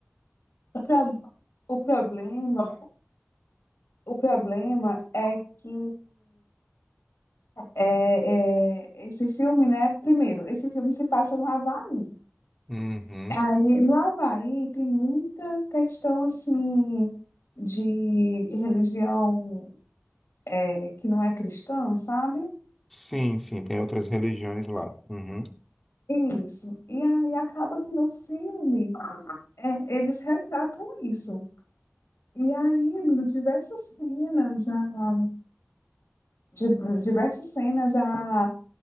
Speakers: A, on the left; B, in the centre.
A: o pro- o problema, o problema é que é, é, esse filme, né? Primeiro, esse filme se passa no Havaí.
B: Uhum.
A: Aí, no Havaí tem muita questão assim de religião é, que não é cristã, sabe?
B: Sim, sim, tem outras religiões lá. Uhum.
A: Isso. E aí acaba que no filme é, eles retratam isso. E aí, em diversas cenas, a, de, diversas cenas, a,